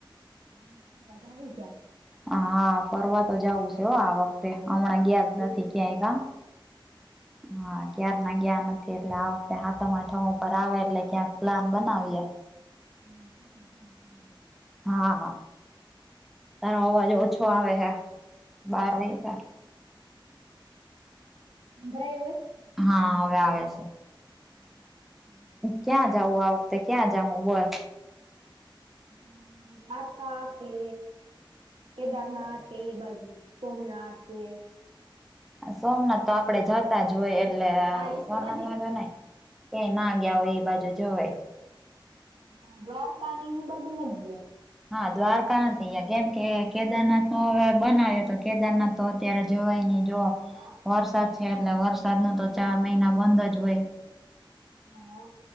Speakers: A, on the right (about 80°); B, in the centre.
A: હમ્મ. બધા હુ ગિયા.
B: હા. ફરવા તો જાવું છે હો આ વખ તે. હમણાં
A: હા
B: ગીયા જ
A: હા
B: નથી ક્યાંય કાં? હા. ક્યારના ગયા નથી, એટલે આ વખતે હાતમ આઠમ ઉપર આવે એટલે ક્યાંક પ્લાન બનાવીએ.
A: <inaudible>
B: હા, હા. તારો અવાજ
A: બાકી
B: ઓછો
A: તો
B: આવે હે. બાર વાઈગા.
A: હંભરાઈ હવે?
B: હા હવે આવે સે.
A: <inaudible>
B: ક્યાં જાઉં આ વખતે, ક્યાં જાહુ બોલ?
A: અમ્મ દ્વારકા કે કેદારનાથ કે, ઈ બાજુ. સોમનાથ છે.
B: સોમનાથ તો આપણે જાતા જ હોય, એટલે
A: હા એ
B: સોમનાથમાં
A: તો નજીક છે
B: બાજુ નહીં. ક્યાય ના ગિયા હોય, ઈ બાજુ જવાય.
A: <unintelligible> દ્વારકા ની ઈ બાજુ નથ ગિયા.
B: હા દ્વારકા નથી ગિયા. કેમ કે, કેદારનાથ તો હવે બનાવીએ તો કેદારનાથ તો અત્યારે જવાય નહીં. જો
A: હા
B: વરસાદ છે, એટલે વરસાદનો તો ચાર મહિના બંધ જ હોય.
A: <inaudible>